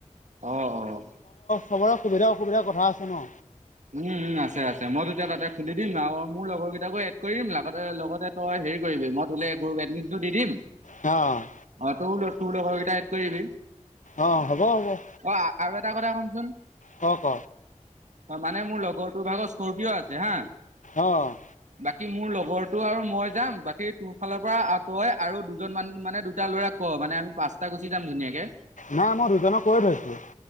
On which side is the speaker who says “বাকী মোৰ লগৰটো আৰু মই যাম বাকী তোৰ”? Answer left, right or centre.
Right